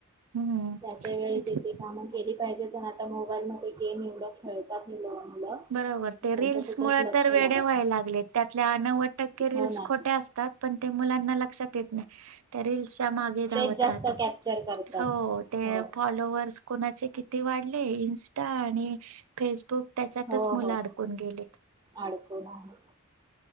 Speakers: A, on the right; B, on the right.
A: हम्म
B: त्या त्या वेळी
A: त्याच्या-
B: ते ते कामं केली पाहिजेत. पण आता मोबाईल मध्ये गेम एवढ्या खेळतात हे मुलं.
A: बरोबर ते
B: त्यांचं
A: रीलस
B: कुठेच
A: मुळे
B: लक्ष
A: तर
B: लागत
A: वेडे व्हायला
B: नाही
A: लागले. त्यातल्या नव्वद टक्के रीलल्स
B: हो ना
A: खोटे असतात. पण ते मुलांना लक्षात येत नाही, त्या रील्स च्या मागे धावत
B: तेच जास्त
A: राहतात.
B: कॅप्चर करतात.
A: हो ते
B: हो
A: फॉलोवर्स कोणाचे किती वाढले. इंस्टा आणि फेसबुक
B: हो
A: त्यातच मुलं
B: हो
A: अडकून गेलेत.
B: अडकून आहे.